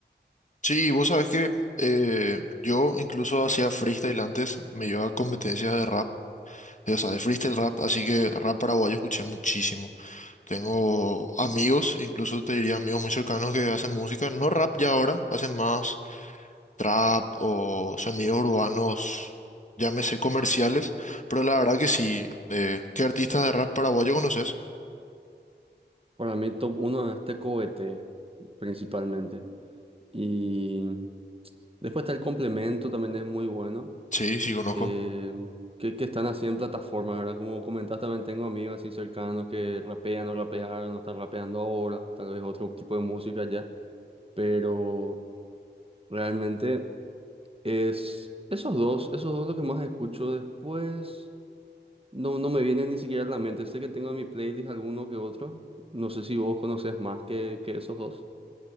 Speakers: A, on the left; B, on the right.
A: Sí, vos sabés que eh, yo incluso hacía freestyle antes, me llevaba a competencias de rap, de- o sea, de freestyle rap, así que rap paraguayo escuché muchísimo. Tengo amigos, incluso te diría amigos muy cercanos que hacen música, no rap ya ahora, hacen más trap o sonidos urbanos, llámese comerciales, pero la verdad que sí. eh, ¿qué artistas de rap paraguayo conoces?
B: Para mí, top uno es Tecoete, principalmente. Y después está el complemento, también es muy bueno.
A: Sí, sí conozco.
B: eh, que, que están así en plataformas, ¿verdad? Como comentaste, también tengo amigos así cercanos que rapean o rapearon, no están rapeando ahora, tal vez otro tipo de música ya, pero realmente es esos dos, esos dos lo que más escucho después. No, no me vienen ni siquiera a la mente. Sé que tengo en mi playlist alguno que otro. No sé si vos conoces más que, que esos dos.